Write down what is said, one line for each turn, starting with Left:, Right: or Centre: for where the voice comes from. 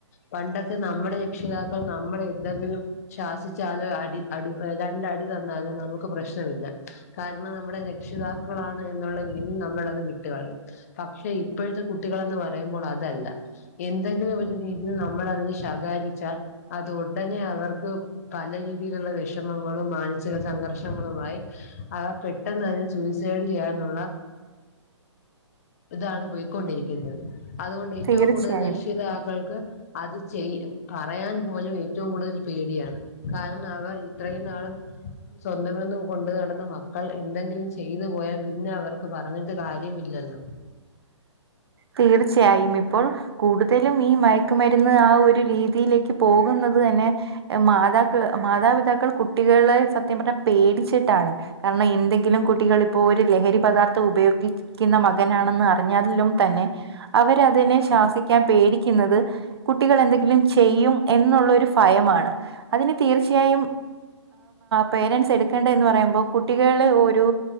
Left: പണ്ടൊക്കെ നമ്മുടെ രക്ഷിതാക്കൾ നമ്മൾ എന്തെങ്കിലും ശ്വാസിച്ചാലും അടി അടി രണ്ടടി തന്നാലും നമുക്ക് പ്രശ്നമില്ല കാരണം നമ്മുടെ രക്ഷിതാക്കളാണ് എന്നുള്ള രീതിയിൽ നമ്മളത് വിട്ടുകളയും പക്ഷെ ഇപ്പോഴത്തെ കുട്ടികളെന്ന് പറയുമ്പോൾ അതല്ല എന്തെങ്കിലും ഒരു രീതിയിൽ നമ്മൾ അറിഞ്ഞ് ശകാരിച്ചാൽ അത് ഉടനെ അവർക്ക് പല രീതിയിലുള്ള വിഷമങ്ങളും മാനസിക സംഘർഷങ്ങളുമായി അവ പെ പെട്ടെന്ന് തന്നെ സൂയ്സൈഡ് ചെയ്യാനുള്ള
Right: ഉ
Left: ഇതാണ് പോയിക്കൊണ്ടിരിക്കുന്നത് അതുകൊണ്ട് ഏറ്റവും
Right: തീർച്ചയായും
Left: കൂടുതൽ രക്ഷിതാക്കൾക്ക് അത് ചെയ പറയാൻ പോലും ഏറ്റവും കൂടുതൽ പേടിയാണ് കാരണം അവർ ഇത്രയും നാളും സ്വന്തമന്നും കൊണ്ടു നടന്ന മക്കൾ എന്തെങ്കിലും ചെയ്തു പോയാൽ പിന്നെ അവർക്ക് പറഞ്ഞിട്ട് കാര്യമില്ലല്ലോ
Right: തീർച്ചയായും. ഇപ്പോൾ കൂടുതലും ഈ മയക്കുമരുന്ന് ആ ഒരു രീതിയിലേക്ക് ക്ക് പോകുന്നത് തന്നെ മാതാക്കൾ മാതാപിതാക്കൾ കുട്ടികളെ സത്യം പറഞ്ഞാൽ പേടിച്ചിട്ടാണ് കാരണം എന്തെങ്കിലും കുട്ടികൾ ഇപ്പോഒരു ലഹരി പദാർത്ഥം ഉപയോഗിക്കുന്ന മകനാണെന്ന് അറിഞ്ഞാലും തന്നെ അവരതിനെ ശാസിക്കാൻ പേടിക്കുന്നത് കുട്ടികൾ എന്തെങ്കിലും ചെയ്യും എന്നുള്ളരു ഭയമാണ് അതിന് തീർച്ചയായും പേരൻറ്സ് എടുക്കേണ്ട എന്ന് പറയുമ്പം കുട്ടികളെ ഒരു